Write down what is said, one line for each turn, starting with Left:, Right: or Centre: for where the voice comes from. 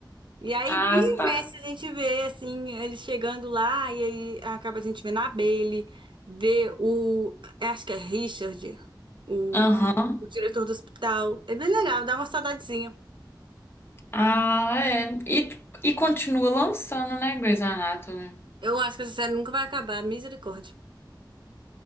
Right: E aí,
Left: ah,
Right: vira e
Left: tá.
Right: mexe, a gente vê, assim, eles chegando lá, e aí acaba a gente vendo a Bailey, vê o, acho que é Richard, o,
Left: Aham.
Right: o diretor do hospital. É bem legal, dá uma saudadezinha.
Left: Ah, é. E, e continua lançando, né, Grey's Anatomy?
Right: Eu acho que essa série nunca vai acabar, misericórdia.